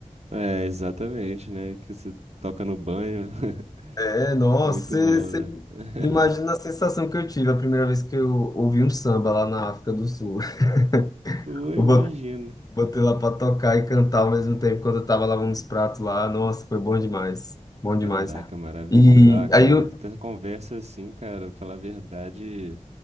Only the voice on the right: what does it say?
É, exatamente, né? Que você toca no banho. <laughs>
É muito
bom,
né? <laughs>
Pô, imagino.
Caraca, maravilhoso.
Ah, cara,
essa conversa assim, cara, pra falar a verdade,